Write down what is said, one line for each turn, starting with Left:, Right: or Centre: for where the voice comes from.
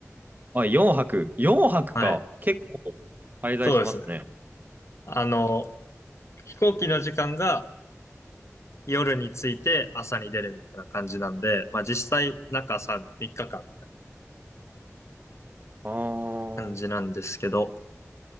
Right: あ、4泊。4泊か。
Left: はい。
Right: 結構滞在しますね。
Left: そうですね。あの、飛行機の時間が夜に着いて朝に出るみたいな感じなんで、まあ実際中3、3日間みたい
Right: あー
Left: な感じなんですけど、